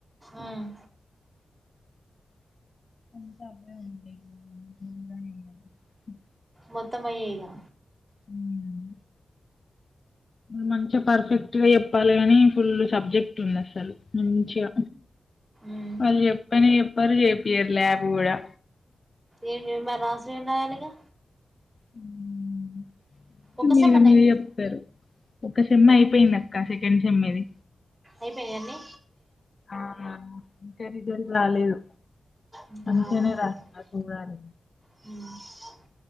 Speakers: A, on the right; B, on the left.
A: ఉమ్
B: అంత అర్ధం అయింది <inaudible>
A: మొత్తం అయ్యేగా
B: హ్మ్. మంచిగా పర్ఫెక్ట్ గా చెప్పాలే కాని ఫుల్ సబ్జెక్ట్ ఉంది, అసలు మంచిగా
A: ఉమ్
B: వాళ్ళు చెప్పని చెప్పరు చేపియరు ల్యాబ్ కూడా.
A: ఏం చె మరి రాస ఏం రాయాలిగా
B: మ్మ్
A: ఒక్క
B: మీద
A: సెమ్ అన్న
B: మీదజెప్తారు
A: అయిపోయి
B: ఒక సెమ్ అయిపోయింది అక్క సెకండ్ సెమ్ ఇది
A: అయిపోయాయన్ని
B: ఆ ఇంకా రిజల్ట రాలేదు
A: ఇంకా
B: మంచిగనే
A: రాలే
B: రాసిన
A: <inaudible>
B: చూడాలి
A: <unintelligible>